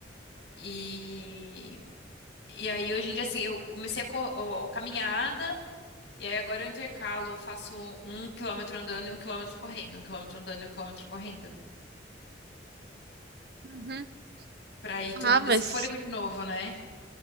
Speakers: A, on the left; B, on the right.
A: E, e aí, hoje em dia, assim, eu comecei a co- ó, caminhada. E aí agora eu intercalo, eu faço um quilômetro andando e um quilômetro correndo, um quilômetro andando e um quilômetro correndo,
B: uhum.
A: Pra ir
B: Ah,
A: tomando
B: mas
A: esse fôlego de novo, né?